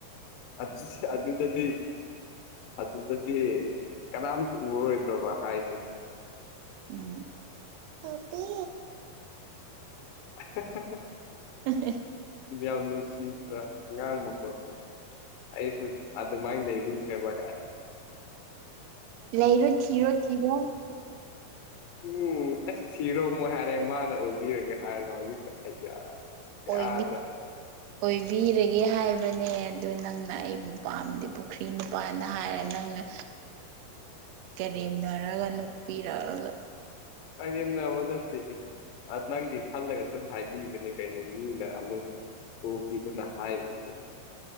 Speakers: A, on the left; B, on the right.
A: ꯑꯁ ꯑꯗꯨꯗꯗꯤ ꯑꯗꯨꯗꯗꯤ ꯀꯅꯥꯝꯁꯨ ꯎꯔꯣꯏꯗ꯭ꯔꯣꯕ ꯍꯥꯏꯁꯦ
B: ꯎꯝ ꯑꯄꯤ
A: <inaudible>
B: ꯎ <inaudible>
A: ꯌꯥꯝ ꯅꯨꯡꯁꯤꯕ꯭ꯔꯥ ꯑꯉꯥꯡ ꯃꯈꯣꯜꯗꯣ ꯑꯩꯁꯨ ꯑꯗꯨꯃꯥꯏꯅ ꯂꯩꯅꯤꯡꯈꯔ꯭ꯕꯥ
B: ꯂꯩꯥꯔꯣ ꯊꯤꯔꯣ ꯊꯤꯔꯣ
A: ꯎꯝ ꯑꯁ ꯊꯤꯔꯣꯑꯃꯨꯛ ꯍꯥꯏꯔꯦ ꯃꯥꯅ ꯑꯣꯏꯕꯤꯔꯒꯦ ꯍꯥꯏꯔꯒ ꯍꯧꯖꯤꯛꯇ ꯑꯩꯌꯥ ꯀꯌꯥꯗ
B: ꯑꯣꯏꯕꯤ-ꯑꯣꯏꯕꯤꯔꯒꯦ ꯍꯥꯏ ꯍꯥꯏꯕꯅꯦ ꯑꯗꯨ ꯅꯪꯅ ꯑꯩꯕꯨ ꯄꯥꯝꯗꯤ ꯄꯨꯈ꯭ꯔꯤ ꯃꯄꯥꯥꯟꯅ ꯍꯥꯏꯔ ꯅꯪꯅ ꯀꯔꯦꯝꯅꯔꯒ ꯅꯣꯛꯄꯤꯔꯛꯑꯒ
A: ꯀꯔꯦꯝꯅꯕꯥ ꯅꯇꯦꯍꯦ ꯅꯪꯒꯤ ꯈꯜꯂꯒ ꯁꯨꯝ ꯍꯥꯏꯕꯤꯕꯅꯦ ꯀꯩꯅꯣ ꯃꯤꯅ ꯑꯃꯨꯛ ꯎꯈꯤꯗꯨꯅ ꯍꯥꯏꯒꯅꯤ